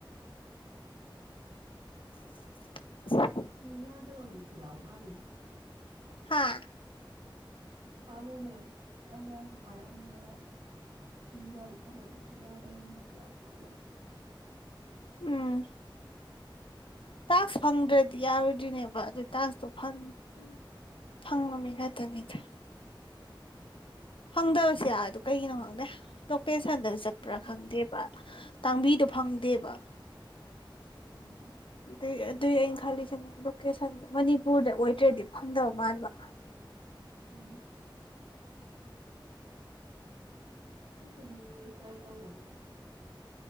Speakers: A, on the left; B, on the right.
A: <inaudible>
B: ꯀꯤ ꯌꯥ ꯇꯣꯝꯕꯤ ꯁꯤꯔꯥ ꯋꯥꯔꯤꯔꯥ
A: ꯍꯥꯥ
B: ꯍꯥꯟꯅꯅꯦ ꯀꯌꯥꯁꯤ ꯄꯥꯏꯔꯝꯃꯒ ꯁꯤ ꯋꯥꯔꯤ ꯁꯥꯟꯅꯕꯤꯁꯤ ꯌꯥꯎꯗꯕ ꯃꯤꯁꯨ ꯌꯥꯎꯕ ꯃꯥꯜꯂꯦꯕ
A: ꯎꯝ ꯇꯥꯛꯁ ꯐꯪꯗ꯭ꯔꯗꯤ ꯌꯥꯔꯣꯏꯗꯣꯏꯅꯦꯕ ꯑꯗꯨ ꯇꯥꯛꯁꯇꯣ ꯐꯪ
B: ꯎꯝ
A: ꯐꯪꯕ ꯃꯤ ꯅꯠꯇꯅꯤꯗ ꯐꯪꯗꯕꯁꯨ ꯌꯥꯎꯋꯤꯗꯣ ꯀꯩꯒꯤꯅꯣ ꯈꯪꯗꯦ ꯗꯣ ꯄꯦ ꯁꯥꯟꯗ ꯆꯠꯄ꯭ꯔꯥ
B: ꯎꯝ
A: ꯈꯪꯗꯦꯕ ꯇꯥꯡꯕꯤꯗꯣ ꯐꯪꯗꯦꯕ
B: ꯎꯝ ꯎꯝ
A: ꯑꯇꯩ ꯑꯗꯨꯏ ꯑꯩꯅ ꯈꯜꯂꯤꯁꯤꯅ ꯂꯣꯀꯦꯁꯟ ꯃꯅꯤꯄꯨꯔꯗ ꯑꯣꯏꯗ꯭ꯔꯗꯤ ꯐꯪꯗꯕ ꯃꯥꯟꯕ
B: ꯎꯝ ꯑꯈꯣꯢ ꯁꯥꯔꯒꯤ ꯔꯦꯖꯤꯁꯇ꯭ꯔ ꯇꯧꯕꯅꯕ